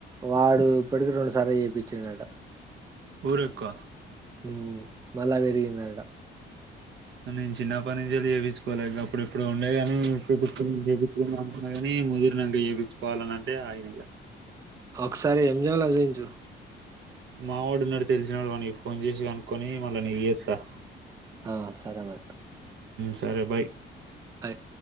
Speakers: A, on the right; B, on the right.
A: వాడు ఇప్పటికి రెండు సార్ల చేపిచ్చాడంట.
B: ఊరక్కా
A: ఊ మళ్ళ పెరిగిందట.
B: నేను చిన్నప్పటి నుంచెల్లి చేపించుకోలే, గప్పుడు ఎప్పుడో ఉండేగాని చేపించు చేపించుకుంటా అనుకున్నాగాని ముదిరినంక చేపించుకోవాలని అంటే ఆగిన.
A: ఒక్కసారి ఎంజంల చూఇంచు
B: మా వాడున్నాడు తెలిసినోడు వానకి ఫోన్ చేసి కనుక్కోని మళ్ళా నీకు చేత్తా.
A: ఆ సరే మరి
B: సరె బయ్
A: బయ్